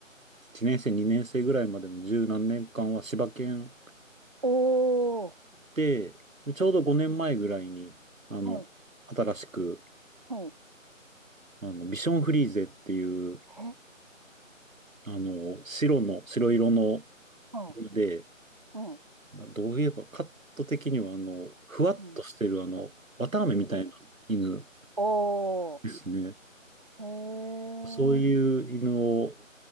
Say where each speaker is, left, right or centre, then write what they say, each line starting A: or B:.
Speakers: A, on the right; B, on the right.
A: 1年生、2年生ぐらいまでの十何年間は柴犬
B: おー。
A: で、で、ちょうど5年前ぐらいに、あの、
B: はい、
A: 新しく、
B: はい。
A: あの、ビションフリーゼっていう、
B: え、
A: あの、白の、白色の
B: は
A: ので、
B: あ、うん、
A: などういえばカット的には、あの、ふわっとしてる、
B: うん、
A: あの、綿あめみたいな犬
B: うん。おー、
A: ですね。
B: へえ、
A: そういう犬を、